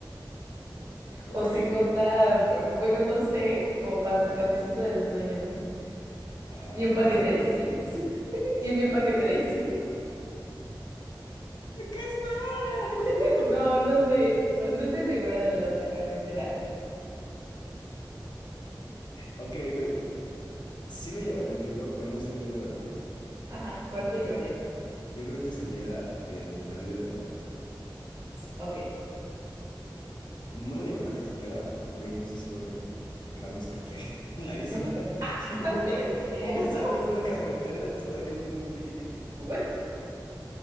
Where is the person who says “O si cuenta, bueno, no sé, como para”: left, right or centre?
Right